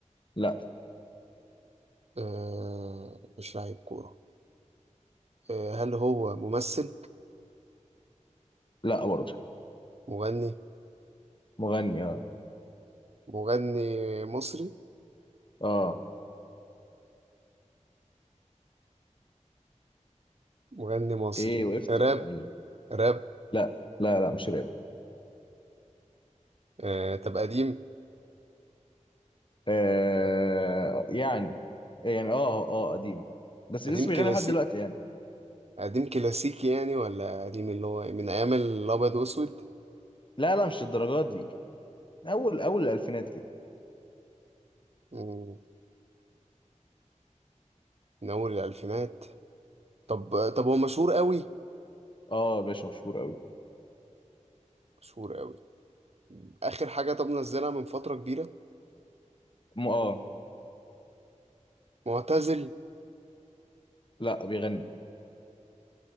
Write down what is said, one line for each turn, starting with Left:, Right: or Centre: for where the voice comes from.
Left: لا
Right: آه مش لعيب كورة آه هل هو ممثل
Left: لا برضه
Right: مغني
Left: مغني اه
Right: مغني مصري
Left: اه
Right: مغني مصري
Left: ايه وقفت
Right: راب
Left: ولا ايه
Right: راب
Left: لا لا لا مش راب
Right: آه طب قديم
Left: آه يعني يعني اه اه آه، قديم بس
Right: قديم
Left: لسه
Right: كلاسيك
Left: بيغني لحد دلوقتي يعني
Right: قديم كلاسيكي يعني ولا قديم اللي هو من ايام الابيض واسود
Left: لا لا مش الدرجات دي اول اول الالفينات كده
Right: مم، من اول الالفينات طب طب هو مشهور قوي
Left: اه يا باشا مشهور قوي
Right: مشهور قوي اخر حاجه طب نزلها من فتره كبيره
Left: م- اه
Right: معتزل
Left: لا بيغني